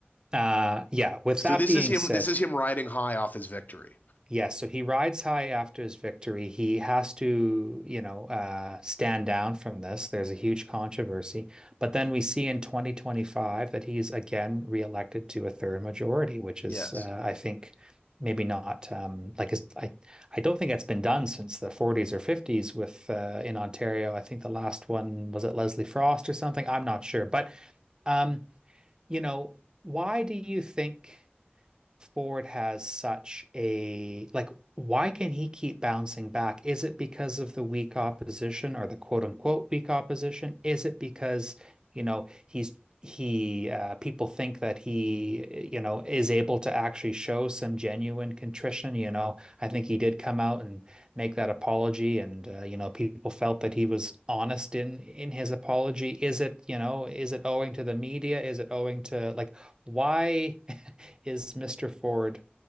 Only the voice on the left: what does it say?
So
this
is him
this is him riding high off his victory.
Yes.